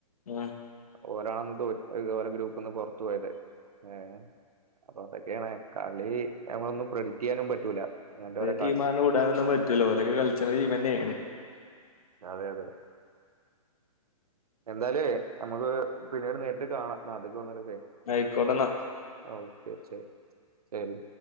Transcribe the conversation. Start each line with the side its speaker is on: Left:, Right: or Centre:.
Left: ഉം
Right: ഓരാണന്ന് തോറ്റ് ഓരോ ഗ്രൂപ്പ്ന്ന് പുറത്തു പോയത് ഏ അപ്പൊ അതൊക്കെയാണ് കളി ഞമ്മളൊന്നും പ്രെഡിറ്റ് ചെയ്യാനും പറ്റൂല അങ്ങനത്തെര
Left: ടീം ആണ് പറഞ്ഞ് വിടാനൊന്നും പറ്റൂല ഓലക്കെ കളിച്ചണ ടീംമെന്നേനെ.
Right: അതെ അതെ എന്താലും നമുക്ക് പിന്നീട് നേരിട്ട് കാണാം നാട്ട്ക്ക് വന്നട്ടൊക്കെ.
Left: ആയിക്കോട്ടെന്നാ
Right: ഓക്കെ ശരി ശരി